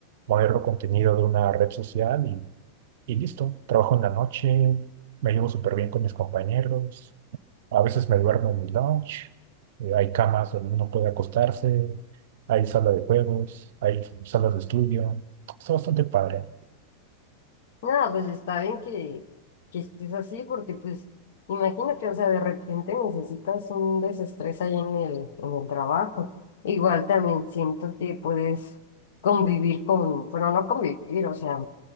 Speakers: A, on the right; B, on the left.
A: mover el contenido de una red social y, y listo. Trabajo en la noche, me llevo súper bien con mis compañeros. A veces me duermo en mi lounge. eh, hay camas donde uno puede acostarse. Hay sala de juegos, hay salas de estudio. Está bastante padre.
B: Nada, pues está bien que, que estés así porque pues imagínate, o sea, de repente necesitas un desestrés ahí en el, en el trabajo. Igual también siento que puedes convivir con, bueno, no convivir, o sea,